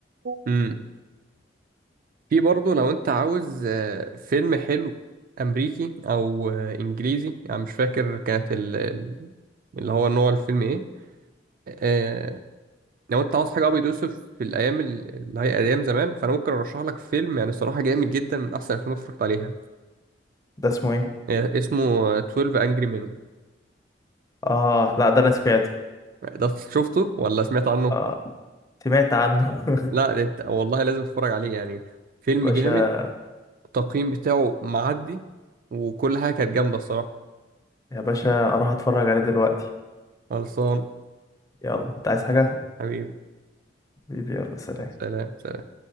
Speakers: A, on the right (about 50°); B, on the left (about 20°).
A: امم في برضه لو انت عاوز آه، فيلم حلو امريكي او آه، انجليزي يعني مش فاكر كانت ال... ال- اللي هو نوع الفيلم ايه آه، لو انت عاوز حاجه ابيض واسود في الايام ال- اللي هي ايام زمان فانا ممكن ارشح لك فيلم يعني الصراحه جامد جدا من احسن الافلام اللي اتفرجت عليها
B: ده اسمه ايه
A: آه، اسمه آه، 12 انجري مان
B: اه لا ده انا سمعته
A: ده شفته ولا سمعت عنه
B: اه سمعت عنه <laughs>
A: لا ده انت والله لازم تتفرج عليه يعني فيلم
B: يا باشا
A: جامد التقييم بتاعه معدي وكل حاجه كانت جامده الصراحه
B: يا باشا اروح اتفرج عليه دلوقتي
A: خلصان
B: يلا انت عايز حاجه
A: حبيبي
B: حبيبي يلا سلام
A: سلام سلام